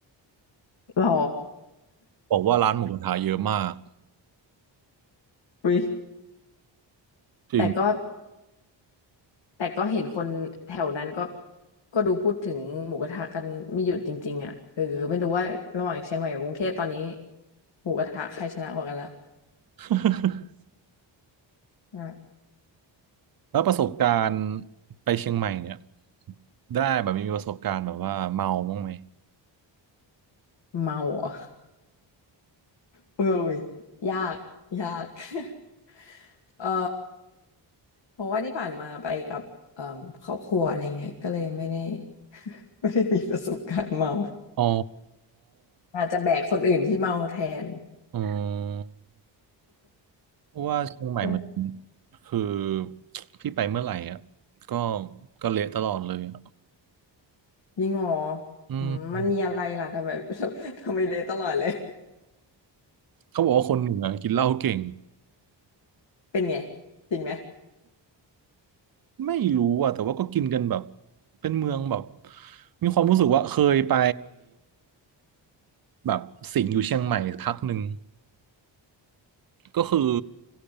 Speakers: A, on the left; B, on the right.
A: หรอ
B: บอกว่าร้านหมูกระทะเยอะมาก
A: อุ๊ย
B: จริง
A: แต่ก็แต่ก็เห็นคนแถวนั้นก็ก็ดูพูดถึงหมูกระทะกันไม่หยุดจริงๆอ่ะเออไม่รู้ว่าระหว่างเชียงใหม่กับกรุงเทพตอนนี้หมูกระทะใครชนะกว่ากันละ
B: <laughs>
A: อ่ะ
B: แล้วประสบการณ์ไปเชียงใหม่เนี่ยได้แบบมีประสบการณ์แบบว่าเมาบ้างไหม
A: เมาเหรอ่ะเอ้ยยากยาก <laughs> เอ่อเพราะว่าที่ผ่านมาไปกับเอ่อครอบครัวอะไรเงี้ยก็เลยไม่ได้ไม่ได้มีประสบการณ์เมา
B: อ๋อ
A: อาจจะแบกคนอื่นที่เมาแทน
B: อืมเพราะว่าเชียงใหม่มัน
A: ใช่
B: คือพี่ไปเมื่อไหร่อ่ะก็ก็เละตลอดเลยอ่ะ
A: ยิ่งอ๋อ
B: อืม
A: อืมมันมีอะไรล่ะทำไม <laughs> ทำไมเลยตลอดเลย
B: เขาบอกว่าคนเหนือกินเหล้าเก่ง
A: <laughs> เป็นไงจริงไหม
B: ไม่รู้อ่ะแต่ว่าก็กินกันแบบเป็นเมืองแบบมีความรู้สึกว่าเคยไปแบบสิงห์อยู่เชียงใหม่พักหนึ่งก็คือ